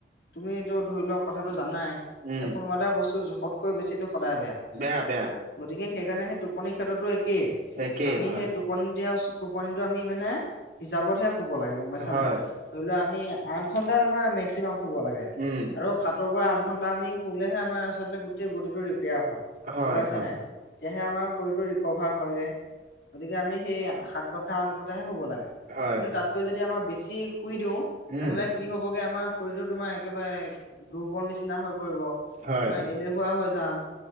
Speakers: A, on the left; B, on the right.
A: তুমিটো ধৰি লওক কথাটো জানাই
B: উম,
A: যে কোনোবা এটা বস্তু জোখতকৈ বেছিটো সদায় বেয়া
B: বেয়া, বেয়া।
A: গতিকে সেইকাৰণে সেই টোপনি ক্ষেত্ৰতো একেই
B: একেই
A: আমি
B: হয়,
A: সেই টোপনি, টোপনিটো আমি মানে হিচাপতহে শুব লাগে গম পাইছা
B: হয়,
A: নাই। ধৰি লোৱা আমি আঠ ঘন্টা তোমাৰ মেক্সিমাম শুব লাগে
B: উম,
A: আৰু সাত আঠ ঘন্টা আমি শুলেহে আমাৰ আচলতে গোটেই বডটো ৰিপয়াৰ হয়,
B: হয়,
A: গম পাইছ
B: হয়,
A: নাই। তেতিয়াহে আমাৰ শৰীৰটো ৰিক'ভাৰ হৈ যায় গতিকে আমি সেই সাত ঘণ্টা, আঠ ঘণ্টাহে শুব লাগে।
B: হয়,
A: কিন্তু তাতকৈ যদি আমাৰ বেছি শুই দিওঁ এনেহলে
B: উম,
A: কি হবগে আমাৰ শৰীৰটো তোমাৰ একেবাৰে দুৰ্বল নিচিনা হৈ পৰিব।
B: হয়।
A: কোৱা হৈ যাম।